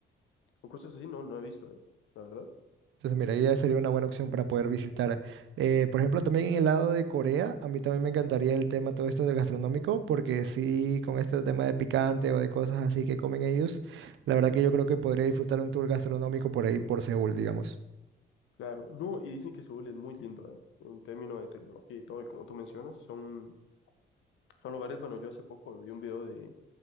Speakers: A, on the left (about 80°); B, on the right (about 75°).
A: o cosas así no, no he visto, ¿eh? La verdad.
B: Entonces, mira, ya sería una buena opción para poder visitar. Eh, por ejemplo, también en el lado de Corea, a mí también me encantaría el tema todo esto de gastronómico, porque sí, con este tema de picante o de cosas así que comen ellos, la verdad que yo creo que podría disfrutar un tour gastronómico por ahí, por Seúl, digamos.
A: Claro, no, y dicen que Seúl es muy lindo, ¿eh? En términos de tecnología y todo, y como tú mencionas, son, son lugares, bueno, yo hace poco vi un video de, de